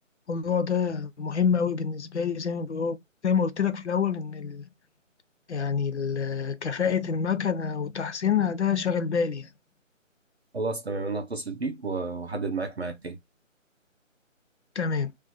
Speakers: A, on the left (about 60°); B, on the right (about 55°).
A: الموضوع ده مهم أوي بالنسبة لي زي ما بقول- زي ما قلت لك في الأول إن يعني ال- كفاءة المكنة وتحسينها ده شاغل بالي يعني.
B: خلاص تمام انا هتصل بيك واحدد معاك ميعاد تاني
A: تمام